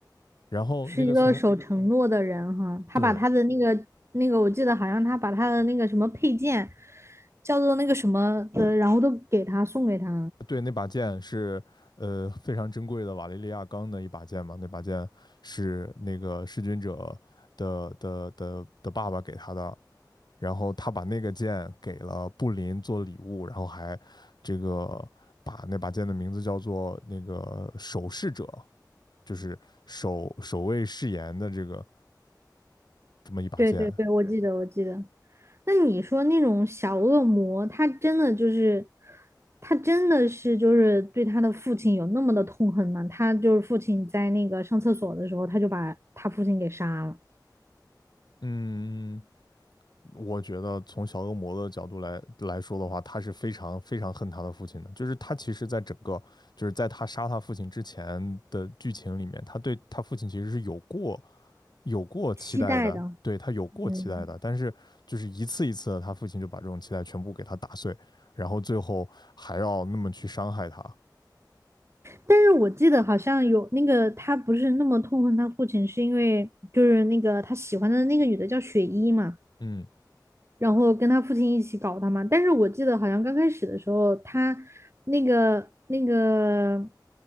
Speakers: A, on the left; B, on the right.
A: 然后那个从
B: 是一个守承诺的人哈，他把他的那个那个，
A: 对
B: 我记得好像他把他的那个什么配件，叫做那个什么的，然后都给他送给他。
A: 对那把剑是呃非常珍贵的瓦雷利亚钢的一把剑嘛，那把剑是那个弑君者。的的的的爸爸给他的，然后他把那个剑给了布林做礼物，然后还这个把那把剑的名字叫做那个守侍者，就是守守卫誓言的这个这么一把剑。
B: 对对对，我记得我记得。那你说那种小恶魔，他真的就是，他真的是就是对他的父亲有那么的痛恨吗？他就是父亲在那个上厕所的时候，他就把他父亲给杀了，
A: 嗯，我觉得从小恶魔的角度来来说的话，他是非常非常恨他的父亲的。就是他其实，在整个就是在他杀他父亲之前的剧情里面，他对他父亲其实是有过有过期待的，
B: 期待的，
A: 对，他有过期待的，
B: 嗯。
A: 但是就是一次一次的，他父亲就把这种期待全部给他打碎，然后最后还要那么去伤害他。
B: 但是我记得好像有那个他不是那么痛恨他父亲，是因为就是那个他喜欢的那个女的叫雪衣嘛，
A: 嗯
B: 然后跟他父亲一起搞他嘛。但是我记得好像刚开始的时候，他那个那个